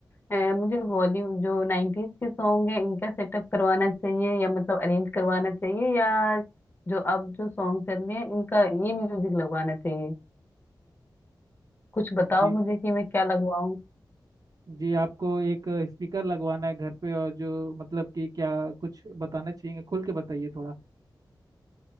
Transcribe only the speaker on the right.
जी
जी आपको एक स्पीकर लगवाना है घर पे और जो मतलब कि क्या कुछ बताना चाहिए खुल के बताइए थोड़ा